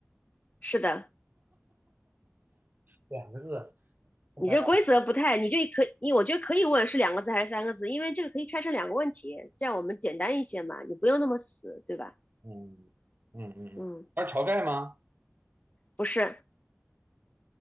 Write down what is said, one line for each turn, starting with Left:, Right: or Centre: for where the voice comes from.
Left: 是的，
Right: 两个字。我想想，
Left: 你这规则不太，你就可你我觉得可以问是两个字还是三个字，因为这个可以拆成两个问题，这样我们简单一些嘛，你不用那么死，对吧？
Right: 嗯嗯嗯嗯，
Left: 嗯，
Right: 他是晁盖吗？
Left: 不是，